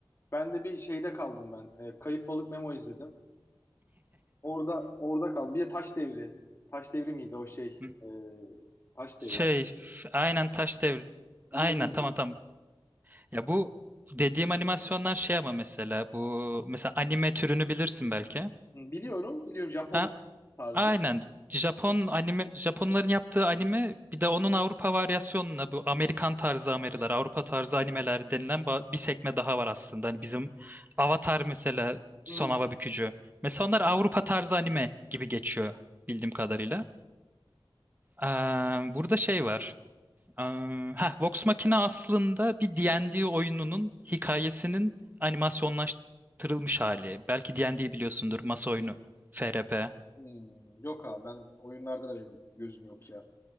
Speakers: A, on the left; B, on the right.
A: Ben de bir şeyde kaldım ben. E, Kayıp Balık Memo izledim. Orada orada kaldım. Bir de Taş Devri. Taş Devri miydi o şey?
B: Hı.
A: E, Taş
B: Şey
A: Devri. abi.
B: f- aynen Taş Devri. Aynen
A: Bir de onu
B: tamam
A: izledim.
B: tamam. Ya bu dediğim animasyonlar şey ama mesela bu mesela anime türünü bilirsin belki.
A: Hı, Biliyorum. Biliyorum Japon
B: Ha,
A: tarzı.
B: Aynen. Japon anime, Japonların yaptığı anime bir de onun Avrupa varyasyonuna bu Amerikan tarzı animeler, Avrupa tarzı animeler denilen ba- bir sekme daha var aslında. Hani bizim Avatar mesela Son
A: Hı.
B: Hava Bükücü. Mesela onlar Avrupa tarzı anime gibi geçiyor bildiğim kadarıyla. Ee, burada şey var. Ee, heh, Vox Machina aslında bir D&D oyununun hikayesinin animasyonlaştırılmış hali. Belki D&D biliyorsundur, masa oyunu, FRP.
A: Hmm, Yok abi ben oyunlarda da benim gözüm yok ya.